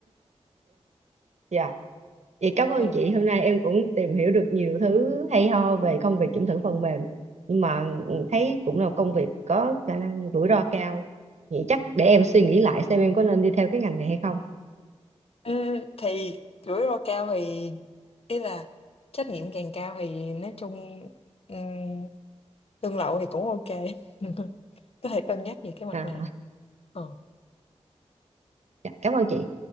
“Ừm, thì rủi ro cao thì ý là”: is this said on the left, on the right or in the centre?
Left